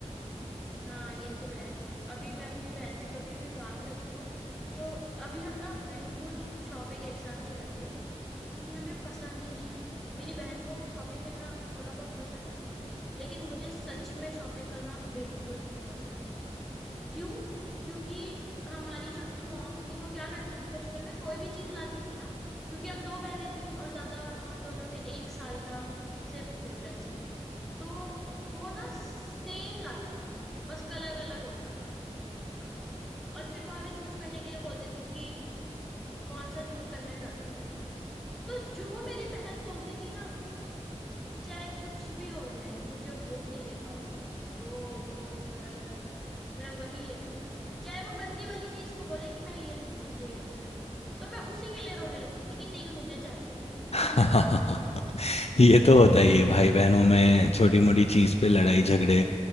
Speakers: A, in the centre; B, on the left.
A: हाँ ये तो है अभी मैं अपनी बहन से कभी भी बात करती हूँ तो अभी हम ना बिल्कुल शॉपिंग एक साथ नहीं करते क्योंकि हमें पसंद ही नहीं है मेरी बहन को शॉपिंग करना थोड़ा बहुत पसंद है लेकिन मुझे सच में शॉपिंग करना बिल्कुल पसंद नहीं है क्यों क्योंकि हमारी जो मॉम थी वो क्या करती थी बचपन में कोई भी चीज लाती थी ना क्योंकि हम दो बहनें थी और ज्यादा हम दोनों में एक साल का सिर्फ डिफरेंस है तो वो ना सेम लाती थी बस कलर अलग होता था उसका और फिर वो हमें चूज करने के लिए बोलती थी कि कौन सा चूज करना है कर लो तो जो मेरी बहन बोलती थी ना चाहे कुछ भी हो जाए मुझे वो ही लेना होता था रो धो कर मैं वही लेती थी चाहे वो गंदी वाली चीज को बोले कि मैं ये लूंगी मुझे ये अच्छा लग रहा है तो मैं उसी के लिए रोने लगती थी कि नहीं मुझे चाहिए
B: <laughs>
A: ये <laughs>
B: ये तो होता ही है भाई बहनों में छोटी मोटी चीज पे लड़ाई झगड़े